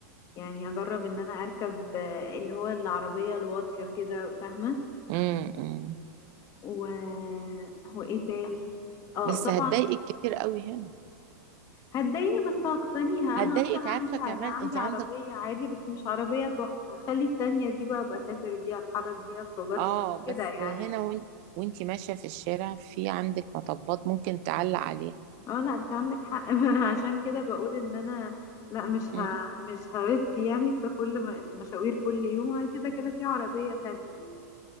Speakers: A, on the left; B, on the right.
A: يعني اجرب ان انا اركب آه، اللي هو العربية الواطية كده فاهمة
B: مم. مم.
A: و... وايه تاني اه
B: بس
A: طبعا
B: هتضايقك كتير قوي هنا
A: هتضايقني بس هقتنيها
B: هتضايقك
A: انا اصلا
B: عارفة
A: عندي
B: كمان
A: عندي
B: انت
A: عربيه
B: عندك
A: عادي بس مش عربيه تحفه هخلي التانية دي بقى بسافر بيها اتحرك بيها خروجات
B: اه
A: شيك
B: بس
A: كده يعني
B: هنا وانت وانت ماشية في الشارع في عندك مطبات ممكن تعلق عليها
A: اه لا انت عندك حق <laughs> ما انا عشان كده بقول ان انا لا مش
B: مم.
A: ه... مش هريسك يعني في كل م... في مشاوير كل يوم كده كده في عربيه تانية يعني.